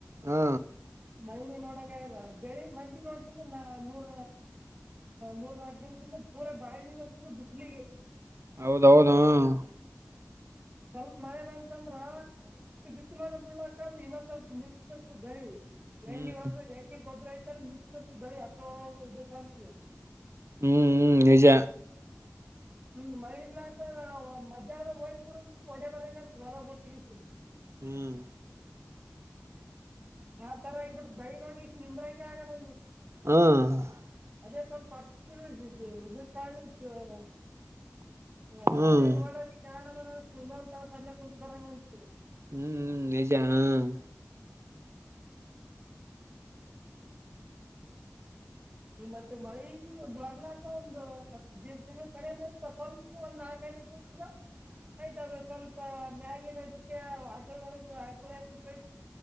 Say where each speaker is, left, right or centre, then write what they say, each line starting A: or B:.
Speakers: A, on the right; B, on the right.
A: ಹಾ.
B: ಮಳಿನೇ ನೋಡದ ಆಗೇದ ಬೆಳಿ ಮಂದಿ ನೋಡ್ರಿದ್ರಲ್ಲನ್ ಮೂರ ಮೂರ್ನಾಕ ದಿವಸದಿಂದ ಪೂರಾ ಬಾಡಿ ಹೋಗಿರ್ತದ ಬಿಸಿಲಿಗಿ.
A: ಹೌದೌದ ಹ್ಮ.
B: ಸ್ವಲ್ಪ ಮಳಿ ಬಂತಂದ್ರ ಎಷ್ಟ ಬಿಸಿಲನ ಬಿಳ್ಳಕದ ಇನ ಸ್ವಲ್ಪ ಮಿಂಚತಿರ್ತದ ಬೆಳಿ.
A: ಹ್ಮ್
B: ಎಣ್ಣೆ ಒಂದು ಎಣ್ಣೆ ಗೊಬ್ಬ್ರ ಐತಾನ ಮಿಂಚ್ತರ್ತದ ಬೆಳಿ ಅಚ್ಚೋ ಇದಕ್ಕ ಅಂತಿಗಿ.
A: ಹ್ಮ್ ಹ್ಮ್ ನಿಜಾ.
B: ಈಗ ಮಳಿ ಇರ್ಲಾರ್ದ ಅ ಮಧ್ಯಾಹ್ದ ಹೋಗಿ ಬಿಡ ನೀನ ಒಡೆ ಬರಗ ಹೊಲ ಗೊಟ್ಟೀ ಸ.
A: ಹ್ಮ್.
B: ಆ ತರ ಆಗಿ ಬಿಡತ್ತ ಬಯಲ ಹೋಗಿಸಿ ನಿಂದ್ರ ಹಂಗೆ ಆಗಲ್ಲ ಇಲ್ಲಿ.
A: ಹಾ -
B: ಅದೇ ಸ್ವಲ್ಪ ಹಚ್ಚಿರುದವಿ ಇದ ತೊಗೊಂಡಿದ್ದ <unintelligible> ಹ
A: ಹ್ಮ್
B: ಅದೇ ನೋಡೋದ ಯಾರಮ್ಮನ್ ಅನಿಸ್ತವಿ ಇನ್ನೊಂದು ತಾಸು ಅಲ್ಲೇ ಕುಂತ ಬರ್ಬೇಕ ಅನಿಸ್ತೀದೇ.
A: ಹ್ಮ್ ನಿಜ ಹ್ಮ್.
B: ಈ ಮತ್ತೆ ಮಳೆ ಬರ್ಲಂಗ ಒಂದು ಡೀಡ್ ತಿಂಗಳ ಸನೆ ಬಂತ್ ಸ್ವಲ್ಪ ಒಂದ ನಾಲ್ಕ ಐದ ಹನಿ
A: <inaudible>
B: ಆಯ್ತ ಅದು ಸ್ವಲ್ಪ ಮ್ಯಾಗಿನ ಇದಕ್ಕೆ ಆಕಳ ಒಳಗೆ ಆಕಳಯತ